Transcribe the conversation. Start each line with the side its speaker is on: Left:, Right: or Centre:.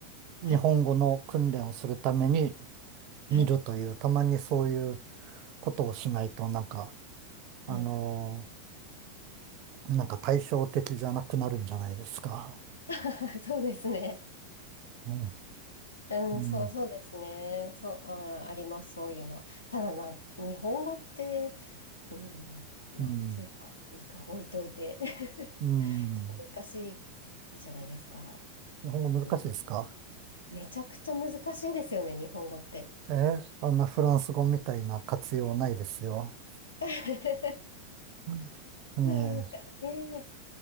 Left: はい。
Right: 日本語の訓練をするために
Left: はい。
Right: 見るという、たまにそういうことをしないとなんか、あの
Left: うん。
Right: ーなんか対照的じゃなくなるんじゃないですか。
Left: <laughs> そうですね。
Right: うん。
Left: うん、
Right: うん。
Left: そう、そうですね。そう、あー、あります、そういうの。ただなん、日本語って、うん、まあ、
Right: うん。
Left: それはいいか、置いといて。<laughs>
Right: うん。
Left: ちょっと難しいじゃないですか。
Right: 日本語難しいですか
Left: うんめちゃくちゃ難しいですよね、日本語って。
Right: えーあんなフランス語みたいな活用ないですよ。
Left: <laughs> で
Right: うんね
Left: もなんかね、